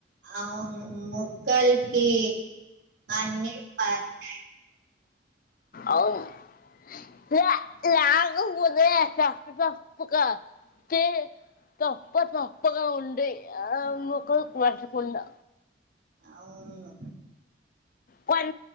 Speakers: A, on the right; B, on the left.
A: అవును ముక్కలకి అన్ని పడతాయి
B: అవును ప్ లేకపోతే పస్పు పస్పుగా పి పస్పు పస్పుగా ఉండి ఆ ముక్కలకు పట్టకుండా
A: అవును
B: పం